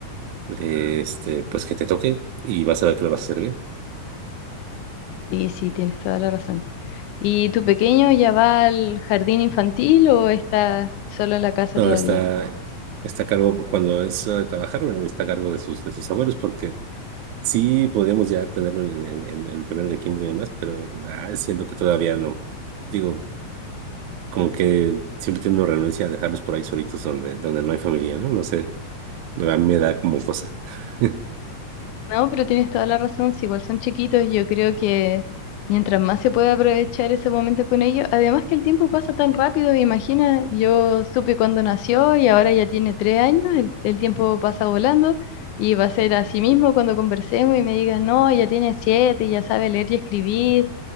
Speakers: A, on the right; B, on the left.
A: de, este, pues que te toque y vas a ver que lo vas a hacer bien.
B: Sí, sí, tienes toda la razón. ¿Y tu pequeño ya va al jardín infantil o está solo en la casa
A: No,
B: todavía?
A: está, está a cargo, cuando es hora de trabajar, está a cargo de sus, de sus abuelos, porque Sí, podríamos ya tenerlo en, en- en el primero de kinder y demás, pero ah, siento que todavía no. Digo, como que siempre tengo renuncia a dejarlos por ahí solitos donde, donde no hay familia, ¿no? No sé, a mí me da como cosa. <laughs>
B: No, pero tienes toda la razón, si igual son chiquitos, yo creo que mientras más se puede aprovechar ese momento con ellos, además que el tiempo pasa tan rápido, imagina, yo supe cuando nació y ahora ya tiene tres años, el, el tiempo pasa volando y va a ser así mismo cuando conversemos y me digas, no, ya tiene siete, ya sabe leer y escribir,